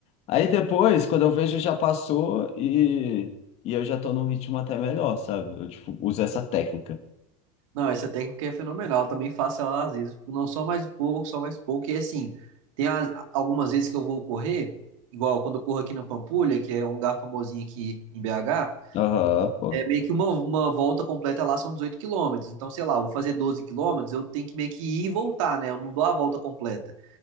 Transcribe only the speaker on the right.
Não, essa técnica é fenomenal. Eu também faço ela às vezes. Não só mais um pouco, só mais um pouco. E assim, tem as- algumas vezes que eu vou correr, igual quando eu corro aqui na Pampulha, que é um lugar famosinho aqui em BH,
é meio que uma, uma volta completa lá são 18 quilômetros. Então, sei lá, eu vou fazer 12 quilômetros, eu tenho que meio que ir e voltar, né? Eu não dou a volta completa.